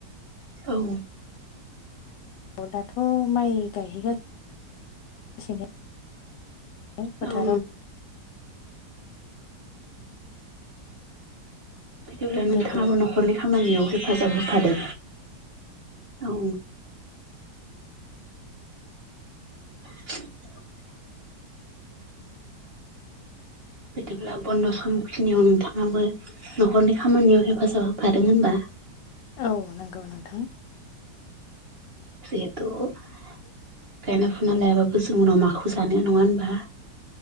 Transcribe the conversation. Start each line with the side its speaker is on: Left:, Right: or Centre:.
Right: औ।
Left: अ दाथ' माइ गायहैगा <inaudible> सिनो बे फोथाराव।
Right: औ होमब्ला नोंथांङाबो
Left: जिहेथु
Right: नखरनि खामानियाव हेफाजाब होफादों औ। <unintelligible> बिदिब्ला बन्द' समखिनियाव नोंथांङाबो न'खरनि खामानियाव हेफाजाब होफादों होनबा।
Left: औ नोंगौ नोंथां।
Right: जेहेथु गायना फुना लायाबाबो जों उनाव माखौ जानो नंङा होनबा।